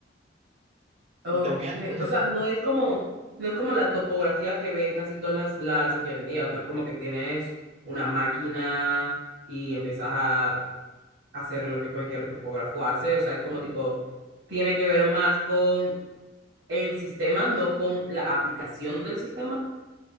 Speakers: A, on the right; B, on the right.
A: Ok,
B: Y también, <laughs>
A: o sea, no es como, no es como la topografía que ven casi todas las, las ingenierías, no es como que tienes una máquina y empiezas a hacer lo que cualquier topógrafo hace, o sea, es como tipo, tiene que ver más con el sistema, no con la aplicación del sistema.